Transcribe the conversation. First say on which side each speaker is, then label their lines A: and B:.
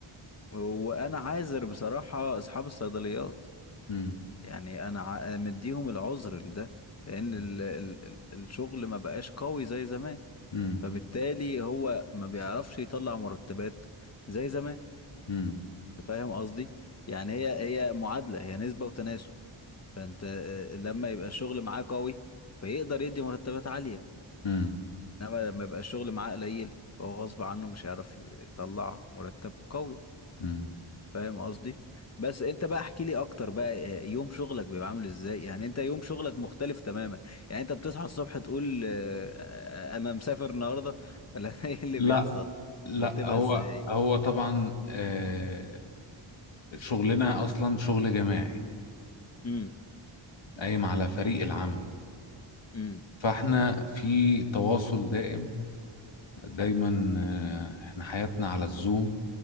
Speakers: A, on the left; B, on the left.
A: وانا عاذر بصراحة اصحاب الصيدليات
B: مم.
A: يعني انا ع- مديهم العذر لده لان ال
B: مم.
A: ال ال الشغل ما بقاش قوي زي زمان
B: مم.
A: فبالتالي هو ما بيعرفش يطلع مرتبات زي زمان
B: مم.
A: فاهم قصدي يعني هي هي معادلة هي نسبة وتناسب فانت آه، لما يبقى الشغل معاه قوي فيقدر يدي مرتبات عالية
B: مم.
A: انما لما يبقى الشغل معاه قليل فهو غصب عنه مش هيعرف يطلع مرتب قوي
B: مم.
A: فاهم قصدي بس انت بقى احكي لي اكتر بقى آه، يوم شغلك بيبقى عامل ازاي يعني انت يوم شغلك مختلف تماما يعني انت بتصحى الصبح تقول آه، آه، انا مسافر النهارده ولا <laughs> ايه اللي
B: لا
A: بيحصل
B: لا
A: ترتبها
B: هو
A: ازاي
B: هو طبعا آه، شغلنا أصلا شغل جماعي
A: امم
B: قايم على فريق العمل
A: امم
B: فاحنا في تواصل دائم دايما آه، احنا حياتنا على الزوم